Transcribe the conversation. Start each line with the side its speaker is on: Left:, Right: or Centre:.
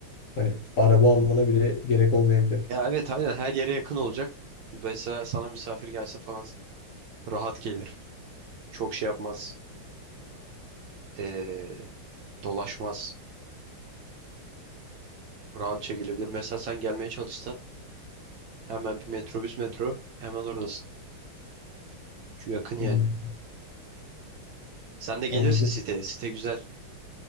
Left: hani araba almana bile gerek olmayabilir.
Right: Ya evet aynen her yere yakın olacak. Mesela sana misafir gelse falan rahat gelir. Çok şey yapmaz. Ee, dolaşmaz. Rahatça gelebilir. Mesela sen gelmeye çalışsan hemen bir metrobüs metro hemen oradasın. Çünkü yakın yani.
Left: Hmm.
Right: Sen de gelirse
Left: Anladım.
Right: site. Site güzel.